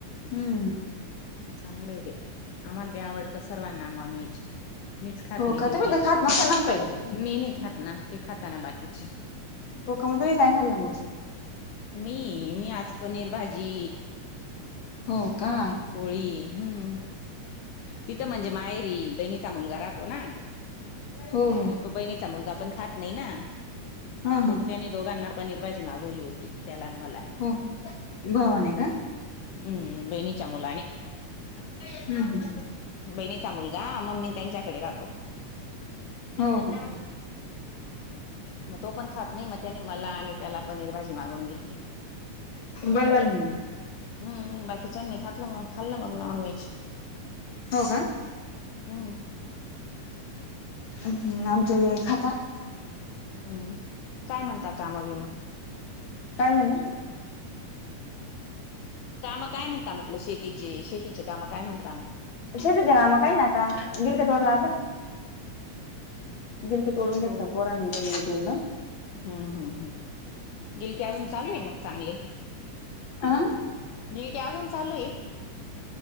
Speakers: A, on the left (about 50°); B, on the left (about 80°).
A: हम्म
B: चांगलंय बाई आम्हाला बी आवडतं सर्वांना नॉनवेज मीच खात
A: हो
B: नाही
A: का
B: तेवढी
A: तुम्ही तर खात नव्हता ना ताई
B: मी नाही खात ना ते खाताना बाकीची
A: होका तुम्ही काय खाल्लं मग.
B: मी मी आज पनीर भाजी
A: हो का,
B: पोळी हम्म. तिथं म्हणजे माहेरी बहिणीचा मुलगा राहतो ना,
A: हो हो
B: तो बहिणीचा मुलगा पण खात नाही ना,
A: हा
B: मग
A: हा
B: त्याने दोघांना पनीरभाजी मागवली होती. त्याला न मला
A: हो भावाने का
B: हम्म बहिणीच्या मुलाने
A: हम् हम् ह्
B: बहिणीचा मुलगा मम्मी त्यांच्याकडे राहतो
A: हो, हो
B: मग तो पण खात नाही मग त्याने मला आणि त्याला पनीर भाजी मागवून घेतली.
A: बरं झालं ना मग
B: हम्म बाकीच्या नी खातलं मग खाल्लं मग नॉन व्हेज
A: हो का.
B: हम्म
A: <unintelligible> आमचे हे खातात.
B: हो काय म्हणता काम बीम.
A: काय झालं.
B: काम काय म्हणता म्हटलं शेतीचे शेतीचे काम काय म्हणता.
A: शेतीचे काम काही नाही आता गिरक तोडल आता. गीरक तोडून घेतल
B: हो
A: पोरांनी क हे केलेल.
B: हम्म हम्म हम् गिरक्या अजून चालू आहे मग चांगले.
A: आं.
B: <unintelligible> ते अजून चालू आहे